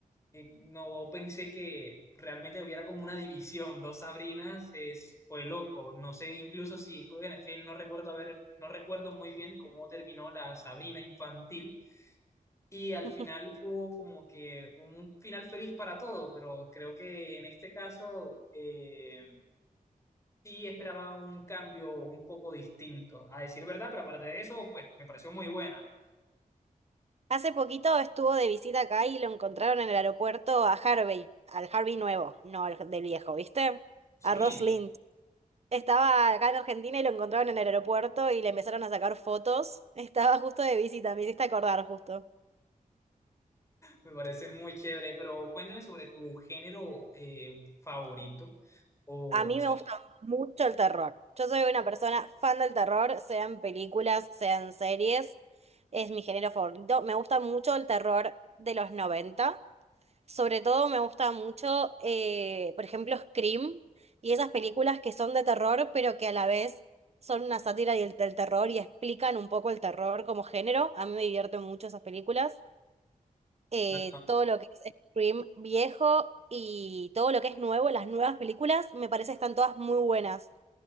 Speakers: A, on the left; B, on the right.
A: Eh, no pensé que realmente hubiera como una división, dos Sabrinas, es, fue loco. No sé incluso si, pues, bueno, es que no recuerdo haber, no recuerdo muy bien cómo terminó la Sabrina infantil y al
B: <laughs>
A: final hubo como que un final feliz para todo, pero creo que en este caso eh, sí esperaba un cambio un poco distinto, a decir verdad, pero aparte de eso, pues me pareció muy buena.
B: Hace poquito estuvo de visita acá y lo encontraron en el aeropuerto a Harvey, al Harvey nuevo, no al del viejo, ¿viste?
A: Sí,
B: A Ross Lind. Estaba acá en Argentina y lo encontraron en el aeropuerto y le empezaron a sacar fotos. <laughs> Estaba justo de visita, me hiciste acordar justo.
A: me parece muy chévere, pero cuéntame sobre tu género eh, favorito o
B: A mí
A: sí,
B: me gusta mucho el terror. Yo soy una persona fan del terror, sean películas, sean series. Es mi género favorito. Me gusta mucho el terror de los noventa, Sobre todo me gusta mucho, eh, por ejemplo, Scream y esas películas que son de terror, pero que a la vez son una sátira del, del terror y explican un poco el terror como género. A mí me divierten mucho esas películas eh,
A: no,
B: todo lo que es Scream viejo y todo lo que es nuevo, las nuevas películas, me parece que están todas muy buenas.